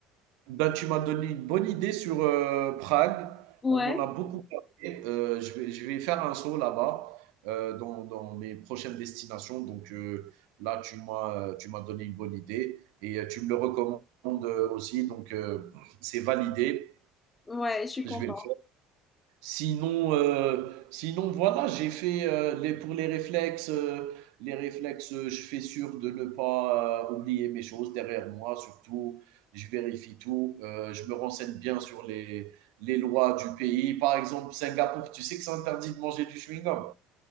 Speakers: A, on the right; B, on the left.
A: Bah, tu m'as donné une bonne idée sur, heu, Prague.
B: Ouais,
A: On m'en a beaucoup parlé, heu, je vais je vais faire un saut là-bas, heu, dans dans mes prochaines destinations donc heu, là, tu m'as, tu m'as donné une bonne idée et heu, tu me le recommandes, heu, aussi donc heu, c'est validé.
B: ouais, je suis
A: Je
B: contente.
A: vais le faire. Sinon, heu, sinon voilà, j'ai fait, heu, les pour les réflexes, heu, les réflexes, heu, je fais sûr de ne pas, heu, oublier mes choses derrière moi surtout. Je vérifie tout, heu, je me renseigne bien sur les les lois du pays. Par exemple, Singapour, tu sais que c'est interdit de manger du chewing-gum.